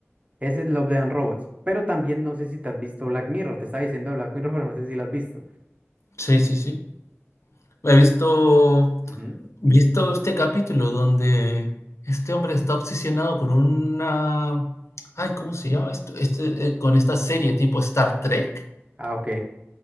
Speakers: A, on the right; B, on the left.
A: Ese es Love, Death and Robots. Pero también no sé si te has visto Black Mirror. Te estaba diciendo Black Mirror, <laughs> pero no sé si lo has visto.
B: Sí, sí, sí. He visto
A: Ujú,
B: visto este capítulo donde este hombre está obsesionado con una ay, ¿cómo se llama esto? Este, eh, con esta serie tipo Star Trek.
A: Ah, ok.